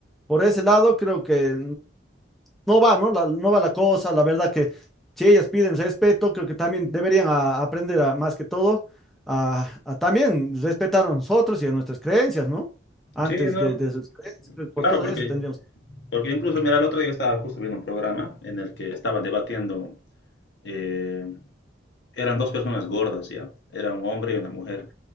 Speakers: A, in the centre; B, on the left.
A: por ese lado creo que no va, ¿no? La- no va la cosa, la verdad que si ellas piden respeto, creo que también deberían a- aprender a- más que todo a, a también respetar a nosotros y a nuestras creencias, ¿no? Antes
B: Sí, no,
A: de, de sus creencias, por
B: claro,
A: todo
B: porque,
A: eso tendríamos.
B: porque incluso, mira, el otro día estaba justo viendo un programa en el que estaba debatiendo, eh, eran dos personas gordas, ¿ya? Era un hombre y una mujer.